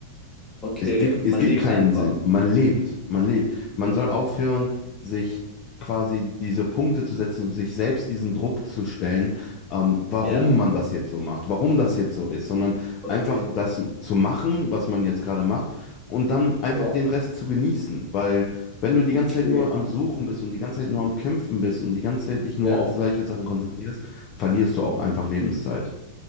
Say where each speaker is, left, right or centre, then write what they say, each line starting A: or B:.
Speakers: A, on the left; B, on the left.
A: okay.
B: Es gibt, es
A: Man
B: gibt
A: lebt
B: keinen
A: einfach.
B: Sinn. Man lebt, man lebt. Man soll aufhören, sich quasi diese Punkte zu setzen, sich selbst diesen Druck zu stellen, ähm, warum
A: Ja,
B: man das jetzt so macht, warum das jetzt so ist, sondern
A: okay.
B: einfach das zu machen, was man jetzt gerade macht und dann einfach
A: Ja,
B: den Rest zu genießen. Weil wenn du die
A: okay.
B: ganze Zeit nur am Suchen bist und die ganze Zeit nur am Kämpfen bist und die ganze Zeit dich nur
A: Ja.
B: auf solche Sachen konzentrierst, verlierst du auch einfach Lebenszeit.